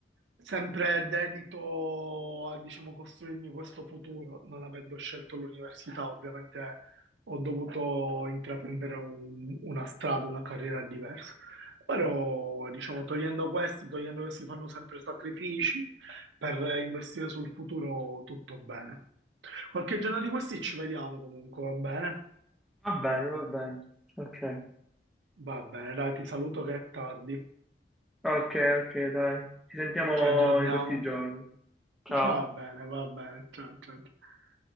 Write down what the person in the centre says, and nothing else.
Va bene, va bene. Ok,
ok, ok, dai. Ci sentiamo
in questi giorni. Ciao.